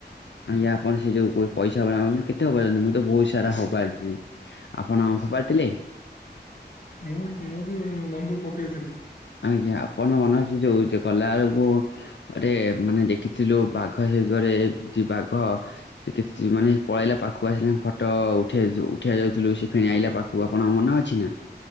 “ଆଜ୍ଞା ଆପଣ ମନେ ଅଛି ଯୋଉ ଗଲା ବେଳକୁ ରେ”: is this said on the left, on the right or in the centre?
Left